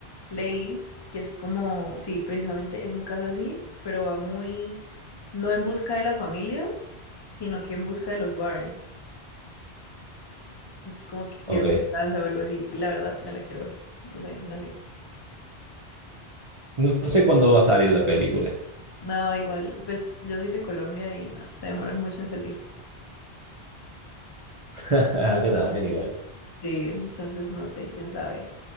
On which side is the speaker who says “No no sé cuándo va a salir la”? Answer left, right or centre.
Right